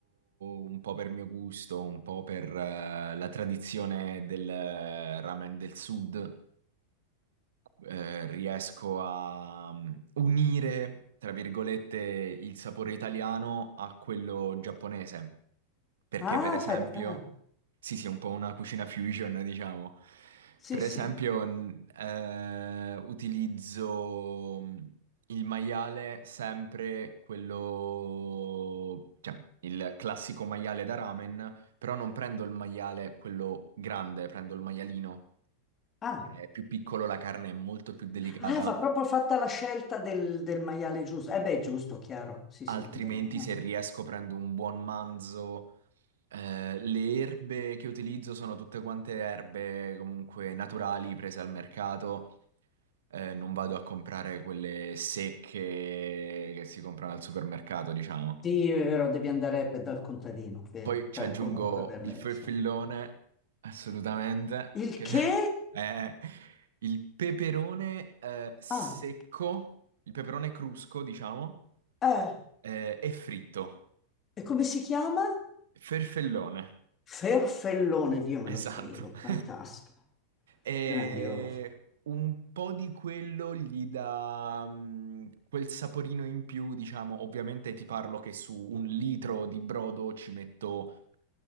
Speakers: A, on the right; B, on the left.
A: un po' per mio gusto, un po' per eh, la tradizione del eh, ramen del sud, eh, riesco a mm, unire, tra virgolette, il sapore italiano a quello giapponese. Perché,
B: Ah,
A: per esempio,
B: fai... ah,
A: sì, sì, è un po' una cucina fusion, diciamo.
B: sì,
A: Per esempio,
B: sì.
A: n- eh, utilizzo. mm, il maiale sempre quello, cioè il classico maiale da ramen, però non prendo il maiale quello grande, prendo il maialino,
B: Ah.
A: che è più piccolo, la carne è molto più delicata,
B: Ah, va proprio fatta la scelta del, del maiale giusto. Eh beh, giusto, chiaro. Sì, sì.
A: altrimenti
B: del- eh.
A: se riesco prendo un buon manzo. Eh, le erbe che utilizzo sono tutte quante erbe comunque naturali prese al mercato, Eh, non vado a comprare quelle secche che si comprano al supermercato, diciamo.
B: Sì, è vero, devi andare pe- dal contadino, vero,
A: Poi ci
B: per
A: aggiungo
B: comunque averle.
A: il ferfellone,
B: Sì.
A: assolutamente,
B: Il
A: che
B: che?
A: <laughs> è il peperone eh, secco,
B: Ah,
A: il peperone crusco, diciamo,
B: eh.
A: eh, e fritto.
B: E come si chiama?
A: Ferfellone,
B: Ferfellone, Dio me
A: esatto.
B: lo scrivo. Fantastico,
A: <laughs> E
B: grandioso.
A: un po' di quello gli dà mm, quel saporino in più, diciamo, ovviamente ti parlo che su un litro di brodo ci metto